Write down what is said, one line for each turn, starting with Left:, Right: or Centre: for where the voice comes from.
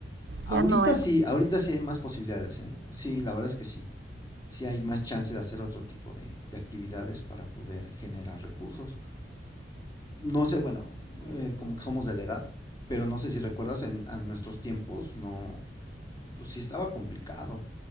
Left: Ahorita
Right: Ya no es...
Left: sí, ahorita sí hay más posibilidades, ¿eh? Sí, la verdad es que sí. Sí hay más chance de hacer otro tipo de, de actividades para poder generar recursos. No sé, bueno, eh, como que somos de la edad, pero no sé si recuerdas, en, en nuestros tiempos no, pues sí estaba complicado.